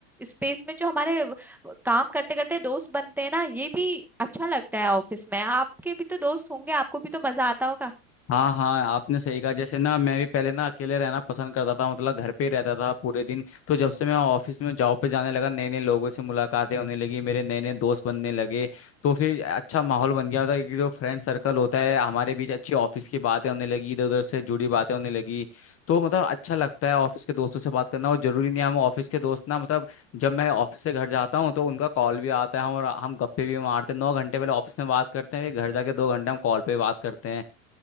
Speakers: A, in the centre; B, on the left (about 35°).
A: स्पेस में जो हमारे व- व- काम करते करते दोस्त बनते हैं ना ये भी अच्छा लगता है ऑफिस में आपके भी तो दोस्त होंगे आपको भी तो मजा आता होगा
B: हाँ हाँ आपने सही कहा जैसे ना मैं भी पहले ना अकेले रहना पसंद करता था मतलब घर पे ही रहता था पूरे दिन तो जब से मैं ऑफिस में जॉब पे जाने लगा नए नए लोगों से मुलाकातें होने लगी मेरे नए नए दोस्त बनने लगे तो फिर अच्छा माहौल बन गया था कि जो फ्रेंड सर्कल होता है हमारे बीच अच्छी ऑफिस की बातें होने लगी इधर उधर से जुड़ी बातें होने लगी तो मतलब अच्छा लगता है ऑफिस के दोस्तों से बात करना और जरूरी नहीं है हम ऑफिस के दोस्त ना मतलब जब मैं ऑफिस से घर जाता हूँ तो उनका कॉल भी आता है और हम गप्पे भी मारते हैं नौ घंटे पहले ऑफिस में बात करते हैं फिर घर जाके दो घंटे हम कॉल पे बात करते हैं